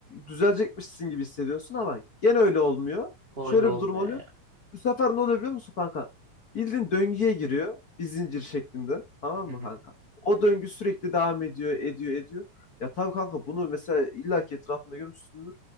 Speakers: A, on the left (about 55°); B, on the right (about 20°).
A: düzelecekmişsin gibi hissediyorsun ama gene öyle olmuyor
B: öyle
A: şöyle
B: olmuyor
A: bir durum oluyor bu sefer ne oluyor biliyor musun kanka bildiğin döngüye giriyor bir zincir şeklinde tamam
B: ya.
A: mı kanka o döngü sürekli devam ediyor ediyor ediyor ya tabii kanka bunu mesela illaki etrafında görmüşsündür